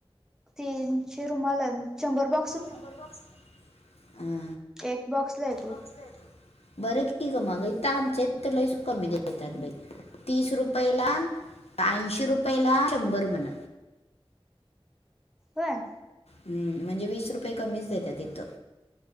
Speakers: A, in the centre; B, on the left.
A: तीनशे रुमाल शंभर बॉक्स.
B: शंभर बॉक्स हा
A: एक बॉक्सला एक रुपये
B: हा बरं की. मग आमच्या इथं लै च कमीे देत्यात बाई. तीस रुपयला, ऐंशी रुपयला शंभर म्हण.
A: होय?
B: हम्म म्हणजे वीस रुपये कमीच देतात तिथं.